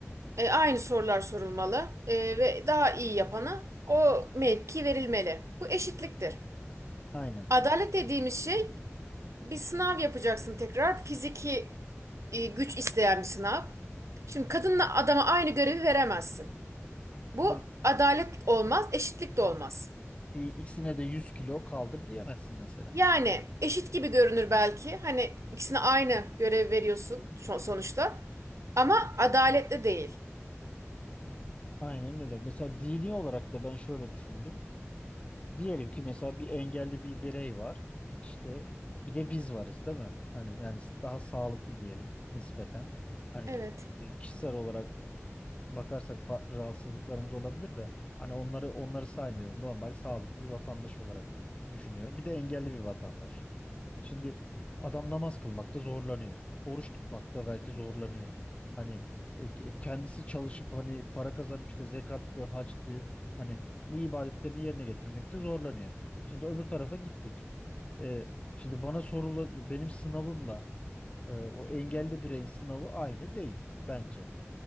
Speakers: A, on the right; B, on the left.
A: e, aynı sorular sorulmalı E, ve daha iyi yapana o mevki verilmeli. Bu eşitliktir.
B: Aynen.
A: Adalet dediğimiz şey bir sınav yapacaksın tekrar. Fiziki e, güç isteyen bir sınav. Şimdi kadınla adama aynı görevi veremezsin. Bu
B: Yani
A: adalet olmaz, eşitlik de olmaz.
B: bir ikisine de 100 kilo kaldır diyemezsin mesela.
A: Yani eşit gibi görünür belki. Hani ikisine aynı görev veriyorsun ço- sonuçta. Ama adaletli değil.
B: Aynen öyle. Mesela dini olarak da ben şöyle düşündüm. Diyelim ki mesela bir engelli bir birey var. İşte bir de biz varız değil mi? Hani yani daha sağlıklı diyelim nispeten. Hani
A: Evet,
B: e, kişisel olarak bakarsak farklı rahatsızlıklarımız olabilir de hani onları onları saymıyorum. Normal sağlıklı bir vatandaş olarak düşünüyorum. Bir de engelli bir vatandaş. Şimdi adam namaz kılmakta zorlanıyor. Oruç tutmakta belki zorlanıyor. Hani e, ke- kendisi çalışıp hani para kazanıp işte zekattı, hacdı hani bu ibadetlerini yerine getirmekte zorlanıyor. Şimdi öbür tarafa gittik. E, şimdi bana sorulu benim sınavımla e, o engelli bireyin sınavı aynı değil bence.